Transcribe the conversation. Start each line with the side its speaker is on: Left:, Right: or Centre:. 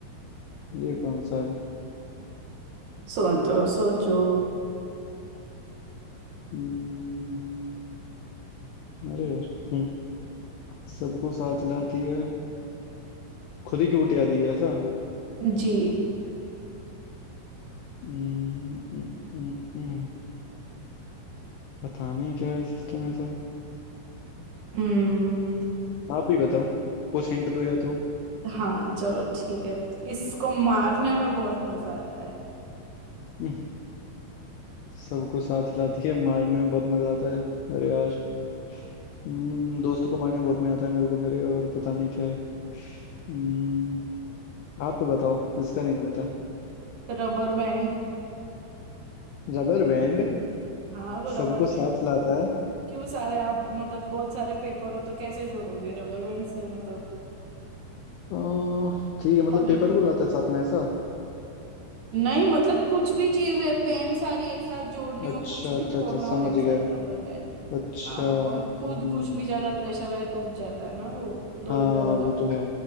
Left: ये कौन सा है
Right: सोचो सोचो
Left: हम्म, अरे यार हम्म, सबको साथ लाती है खुद ही टूट जाती है ऐसा
Right: जी
Left: हम्म, हम्म, हम्म, हम्म, पता नहीं क्या है सिस्टम ऐसा
Right: हम्म
Left: आप भी बताओ कुछ हिंट दो या तो
Right: हाँ चलो ठीक है इसको मारने में बहुत मजा आता है
Left: हम्म, सबको साथ लाती है मारने में बहुत मजा आता है अरे यार हम्म, दोस्त को मारने में बहुत मजा आता है मेरे को मेरे और पता नहीं क्या है हम्म, आप बताओ इसका नहीं पता
Right: Rubber band
Left: Rubber band
Right: हाँ वो
Left: सबको
Right: रबर बैंड
Left: साथ लाता है
Right: क्यों सारे आप मतलब बहुत सारे पेपर हो तो कैसे जोड़ोगे रबर बैंड से मतलब
Left: अह, ठीक है
Right: और
Left: मतलब पेपर को लाता है साथ में ऐसा
Right: नहीं मतलब कुछ भी चीज है पेन सारी एक साथ जोड़नी हो
Left: अच्छा
Right: कुछ भी
Left: अच्छा
Right: जोड़ना
Left: अच्छा समझ
Right: हो एक
Left: गया
Right: साथ रबर बैंड
Left: अच्छा
Right: हाँ और खुद
Left: हम्म
Right: कुछ भी ज्यादा प्रेशर आए टूट जाता है ना वो दो
Left: हाँ
Right: रुपए वाला
Left: वो तो है